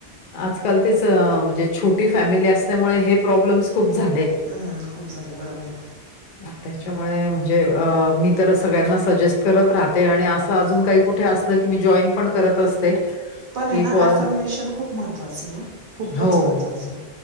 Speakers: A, on the left (about 55°); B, on the right (about 55°).
A: आजकाल तेच म्हणजे छोटी फॅमिली असल्यामुळे हे प्रॉब्लेमस खूप झाले.
B: हम्म खूप झाले बरोबर आहे.
A: हम. ह्याच्यामुळे म्हणजे मी तर सगळ्यांना सजेस्ट करत राहते आणि असं अजून काही कुठे असलं की मी जॉईन पण करत असते.
B: पण
A: की
B: आहे ना
A: पॉ
B: अफर्मेशन खूप महत्त्वाचं आहे. खूपच
A: हो,
B: महत्वाचं
A: हो,
B: आहे